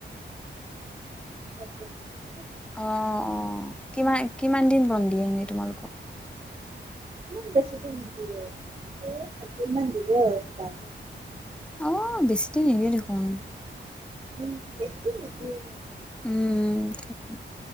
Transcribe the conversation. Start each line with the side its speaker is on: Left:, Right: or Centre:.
Right: <unintelligible> <unintelligible>
Centre: অ অ কিমান কিমান দিন বন দিয়ে এনেই তোমালোকক।
Right: ইমান বেছি দিন নিদিয়ে এই সাতদিন মান দিব আৰু কিবা।
Centre: অ বেছি দিন নিদিয়ে দেখোন।
Right: উম বেছি দিন নিদিয়ে
Centre: উম উম উম